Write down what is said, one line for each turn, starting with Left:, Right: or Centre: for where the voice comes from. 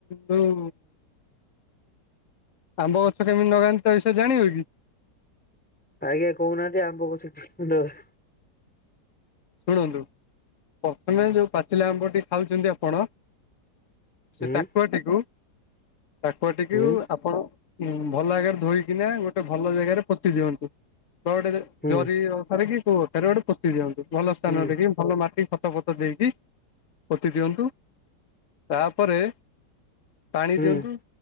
Left: ଯୋଉ ଆମ୍ବ ଗଛ କେମିତି ଲଗାନ୍ତି ତା ବିଷୟରେ ଜାଣିବ କି?
Centre: ଆଜ୍ଞା କୋହୁନାହାନ୍ତି ଆମ୍ବ ଗଛ କେମିତି ଲଗା
Left: ଶୁଣନ୍ତୁ ପ୍ରଥମେ ଯୋଉ ପାଚିଲା ଆମ୍ବ ଟି ଖାଉଚନ୍ତି ଆପଣ ସେ
Centre: ହୁଁ
Left: ଟାକୁଆଟିକୁ ଟାକୁଆଟିକୁ
Centre: ହୁଁ
Left: ଆପଣ ଉଁ ଭଲ ଜାଗାରେ ଧୋଇକିନା ଗୋଟେ ଭଲ ଜେଗାରେ ପୋତି ଦିଅନ୍ତୁ ବା ଗୋଟେ
Centre: ହୁଁ
Left: ଜରି ଅଖାରେ କି କୋଉ ଅଖାରେ ଗୋଟେ ପୋତି ଦିଅନ୍ତୁ ଭଲ ସ୍ଥାନ
Centre: ହୁଁ
Left: ଦେଖି ଭଲ ମାଟି ଖତ ଫତ ଦେଇକି ପୋତି ଦିଅନ୍ତୁ ତାପରେ ପାଣି
Centre: ହୁଁ
Left: ଦିଅନ୍ତୁ